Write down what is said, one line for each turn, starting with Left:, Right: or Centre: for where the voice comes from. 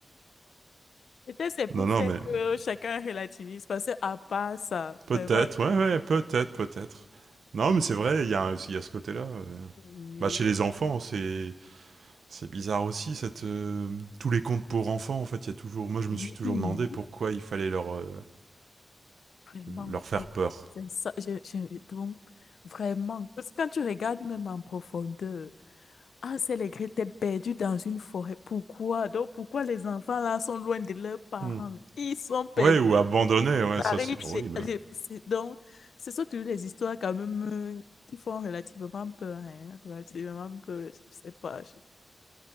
Left: Peut-être c'est pour
Right: Non, non,
Left: faire
Right: mais
Left: que chacun relativise, parce que à part ça,
Right: peut-être,
Left: vraiment,
Right: ouais, ouais, peut-être, peut-être. Non, mais c'est vrai, il y a, il y a ce côté-là. euh,
Left: oui,
Right: Bah, chez les enfants, c'est c'est bizarre aussi cette euh, tous les contes pour enfants en fait, il y a toujours moi je me
Left: oui,
Right: suis toujours
Left: oui,
Right: demandé pourquoi il fallait leur euh,
Left: vraiment,
Right: leur faire peur.
Left: c'est ça. Je, je- donc, vraiment, parce que quand tu regardes même en profondeur, ah, c'est les grès, t'es perdu dans une forêt. Pourquoi? Donc, pourquoi les enfants là sont loin de leurs parents?
Right: Hmm.
Left: Ils sont perdus.
Right: Ouais, ou abandonner,
Left: Ils
Right: ouais, ça
Left: arrivent
Right: c'est
Left: chez...
Right: horrible.
Left: j'ai- c'est- Donc, c'est surtout les histoires quand même euh, qui font relativement peur, hein, relativement peur, je sais pas.